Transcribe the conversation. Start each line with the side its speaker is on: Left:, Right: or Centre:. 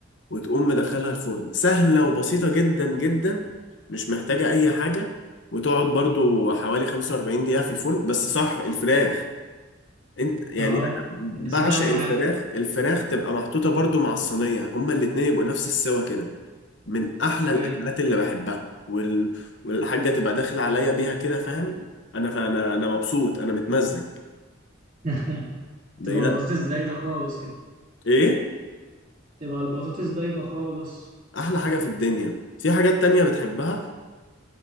Left: وتقوم مدخلها الفرن سهلة وبسيطة جدا جدا مش محتاجة أي حاجة وتقعد برضو حوالي 45 دقيقة في الفرن بس صح الفراخ انت يعني
Right: اه
Left: أنا
Right: نسيت
Left: بعشق
Right: اهم
Left: الفراخ
Right: حاجة
Left: الفراخ تبقى محطوطة برضو مع الصينية هما الاتنين يبقوا نفس السوا كده من أحلى
Right: ايوه
Left: الأكلات اللي بحبها وال... والحاجة تبقى داخلة عليا بيها كده فاهم أنا أنا أنا مبسوط أنا متمزج
Right: <laughs>
Left: بجد
Right: تبقى البطاطس دايبة خالص كده
Left: إيه
Right: تبقى البطاطس دايبة خالص
Left: أحلى حاجة في الدنيا في حاجات تانية بتحبها